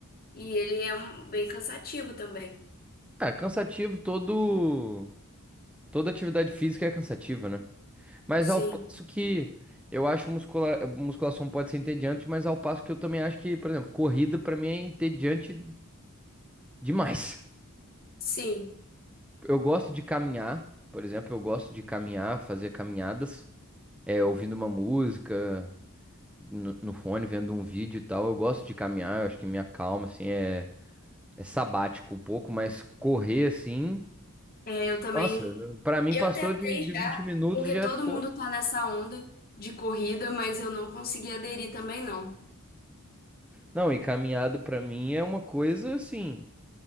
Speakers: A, on the left (about 45°); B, in the centre.
A: E ele é um, bem cansativo também.
B: É, cansativo, todo toda atividade física é cansativa, né? Mas
A: Sim,
B: ao passo que eu acho muscula... musculação pode ser entediante, mas ao passo que eu também acho que, por exemplo, corrida pra mim é entediante demais.
A: sim.
B: Eu gosto de caminhar, por exemplo, eu gosto de caminhar, fazer caminhadas, é, ouvindo uma música no, no fone, vendo um vídeo e tal. Eu gosto de caminhar, eu acho que me acalma, assim, é, é sabático um pouco, mas correr assim,
A: É, eu também.
B: nossa, pra mim
A: Eu
B: passou
A: tentei
B: de, de
A: já,
B: 20 minutos
A: porque
B: já
A: todo
B: ficou.
A: mundo tá nessa onda de corrida, mas eu não consegui aderir também, não.
B: Não, e caminhada pra mim é uma coisa assim.